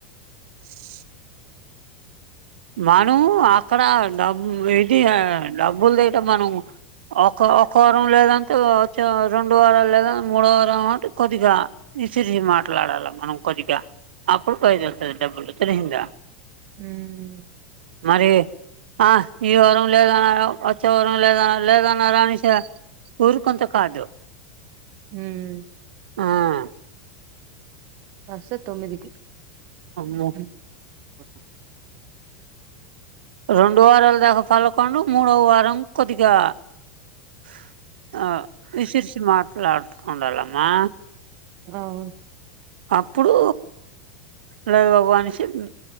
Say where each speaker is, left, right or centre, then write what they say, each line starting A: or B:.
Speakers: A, on the right; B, on the right.
A: ష్
B: మనం అక్కడ డబ్ ఏది డబ్బల్ దెయి అంటే మనం ఒక ఒక వారంం లేదంటే వచ్చె రెండు వార లేద మూడో వారం అంటే కొద్దిగా విసిరిస మాట్లాడాలి మనం కొద్దిగా అప్పుడు బయదళ్తుంది డబ్బులు తలిసింద
A: హుమ్
B: మరి ఆ ఈ వారం లేదన్నాడు వచ్చే వారం లేద లేదన్న నారాయణశ వూర్కు కొంత కాదు
A: హుమ్
B: ఆయ్
A: అర్స్య తొమ్మిదికి
B: ము
A: హం పర్పు
B: రెండు వారాల్ దాకా పల్కొండు మూడవ వారం కొద్దిగా ఫ్ ఆ విసిసి మాట్లాడుకుండలమ్మా
A: అవున్
B: అప్పుడు లేదుమనిషి అనేసి